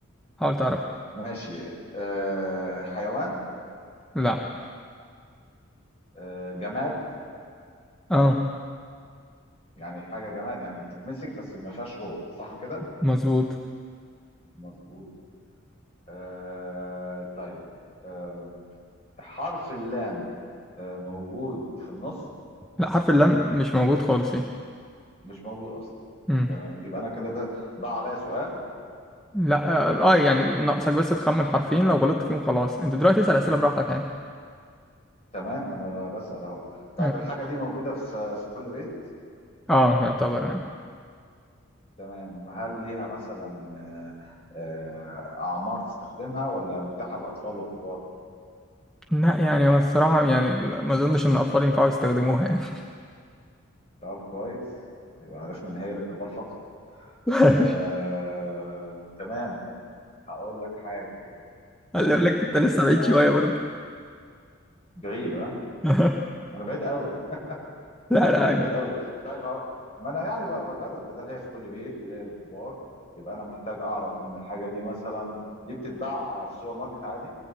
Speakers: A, in the centre; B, on the left.
A: حاول تعرف
B: ماشي أه حيوان
A: لا
B: أه جماد
A: اه
B: يعني حاجه جماد يعني بتتمسك بس ما فيهاش روح صح كده
A: مظبوط
B: مظبوط أه طيب أه حرف اللام أه موجود في النص
A: لا حرف اللام مش موجود خالص هنا
B: مش موجود اصلا
A: امم
B: كلام- يبقى انا كده ده ضاع عليا سؤال
A: لا اه آه، يعني ناقصك بس تخمن حرفين
B: آه،
A: لو غلطت فيهم خلاص انت دلوقتي اسأل اسئلة براحتك يعني
B: تمام ما انا بسأل اهو طيب
A: اه
B: الحاجه دي موجوده في في كل بيت
A: آه، يعتبر يعني
B: تمام هل ليها مثلا آه، آه، أعمار تستخدمها ولا متاحة للأطفال والكبار؟
A: لا يعني هو الصراحة يعني لا، ما اظنش ان الاطفال ينفعوا يستخدموها يعني
B: طب كويس يبقى عرفنا إن هي للكبار فقط
A: <laughs>
B: آه، تمام هقول لك حاجة ممكن
A: اللي يقول لك انت لسه
B: تبقى
A: بعيد شوية برضه
B: بعيدة ما
A: <laughs>
B: أنا بعيد قوي
A: لا
B: أنا
A: لا
B: كده بعيد قوي طيب ه- ما أنا يعني بقى بجرب بدل هي في كل بيت وليا للكبار يبقى أنا محتاج أعرف إن الحاجة دي مثلا دي بتتباع في سوبر ماركت عادي؟